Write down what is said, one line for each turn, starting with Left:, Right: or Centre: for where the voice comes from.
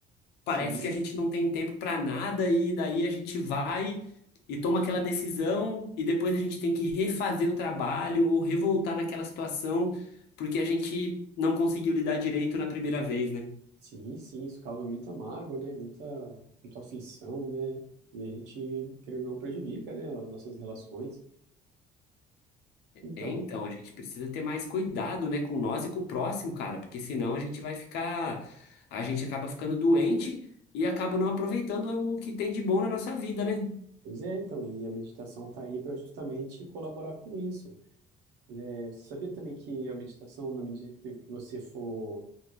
Left: Parece
Right: Sim,
Left: que a gente não tem tempo para nada e daí a gente vai e toma aquela decisão e depois a gente tem que refazer o trabalho ou revoltar naquela situação porque a gente não conseguiu lidar direito na primeira vez, né?
Right: sim, sim. Isso causa muita mágoa, né? Muita, muita aflição, né? E a gente, querendo ou não, prejudica, né, as nossas relações.
Left: É,
Right: Então,
Left: então, a gente precisa ter mais cuidado, né, com nós e com o próximo, cara, porque senão a gente vai ficar, a gente acaba ficando doente e acaba não aproveitando o que tem de bom na nossa vida, né?
Right: Pois é, então, e a meditação está aí para justamente colaborar com isso. É, você sabia também que a meditação, na medida que que você for